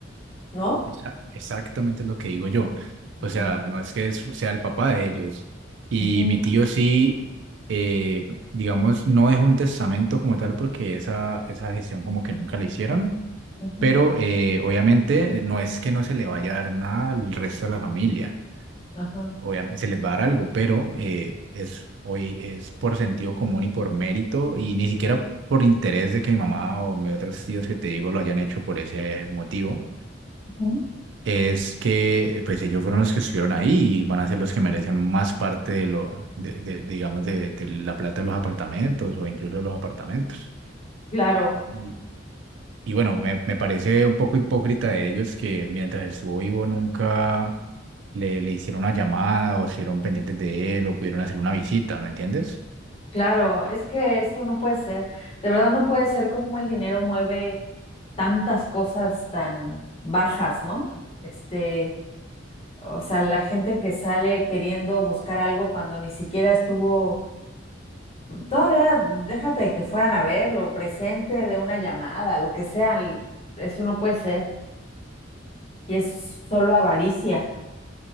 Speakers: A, on the left; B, on the right.
A: ¿no?
B: Exacto. Exactamente es lo que digo yo. O
A: Ujú,
B: sea, no es que es- sea el papá de ellos. Y
A: ujú,
B: mi tío sí, eh, digamos, no dejó un testamento como tal porque esa, esa gestión como que nunca la hicieron,
A: ujú,
B: pero eh, obviamente eh, no es que no se le vaya a dar nada al resto de la familia.
A: Ajá.
B: obviamente se les va a dar algo, pero eh, es, hoy es por sentido común y por mérito y ni siquiera por interés de que mi mamá o mis otros tíos que te digo lo hayan hecho por ese motivo.
A: Ujú.
B: Es que pues ellos fueron los que estuvieron ahí y van a ser los que merecen más parte de lo, de, de- digamos, de, de la plata de los apartamentos o incluso de los apartamentos.
A: Claro,
B: Y, y bueno, me, me parece un poco hipócrita de ellos que mientras estuvo vivo nunca le, le hicieron una llamada o estuvieron pendientes de él o pudieron hacer una visita, ¿me entiendes?
A: claro, es que eso no puede ser, de verdad no puede ser como el dinero mueve tantas cosas tan bajas, ¿no? Este, o sea, la gente que sale queriendo buscar algo cuando ni siquiera estuvo Todavía déjate que fueran a verlo, presente de una llamada, lo que sea, l- eso no puede ser. Y es solo avaricia.